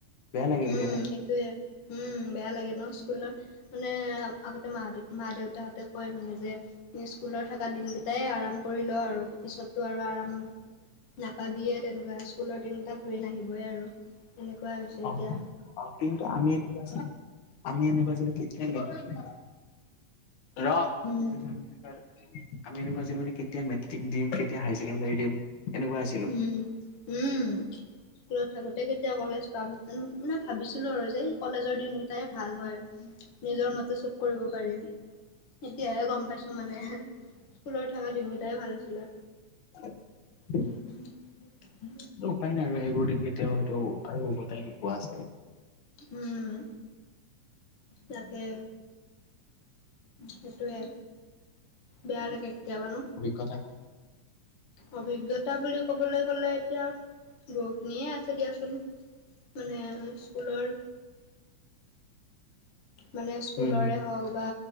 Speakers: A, on the left (about 80°); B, on the left (about 55°).
A: বেয়া লাগে
B: উম
A: কেতিয়াবা
B: সেইটোয়ে, উম বেয়া লাগে ন স্কুলৰ- মানে আগতে মা দে, মা দেউতাহঁতে কয় মানে যে- স্কুলত থকা দিনকেইটাই আৰাম কৰি ল আৰু পিছত তো আৰু আৰাম- নাপাবিয়ে তেনেকুৱা স্কুলৰ দিনকেইটা ঘূৰি নাহিবই আৰু এনেকুৱা- হৈছে এতিয়া
A: অঁ অঁ কিন্তু আমি এনেকুৱা আছিলো, এনেকুৱা আছিলো কেতিয়াও নিপিন্ধো- ৰহ,
B: উম।
A: আমি এনেকুৱা আছিলো মানে কেতিয়া মেট্ৰিক দিম, কেতিয়া- কেতিয়া হাই ছেকেণ্ডাৰী দিম এনেকুৱা আছিলোঁ।
B: উম, উম। স্কুলত থাকোতে কেতিয়া কলেজ পাম মানে ভাবিছিলো আৰু যে কলেজৰ দিনকেইটাই ভাল হয়। নিজৰ মতে চব কৰিব পাৰি। এতিয়াহে গম পাইছো মানে স্কুলত থকা দিনকেটাই ভাল আছিলে।
A: <unintelligible>
B: উম।
A: উপায় নাই আৰু সেইবোৰ দিন কেতিয়াও হয়টো আৰু ওভতাই নোপোৱা চাগে।
B: উম তাকে। সেইটোয়ে, বেয়া লাগে কেতিয়াবা ন।
A: কথা।
B: অভিজ্ঞতা বুলি ক'বলৈ গলে এতিয়া বহুখিনিয়ে আছে দিয়াচোন। মানে স্কুলৰ। মানে স্কুলৰে
A: উম
B: হওক বা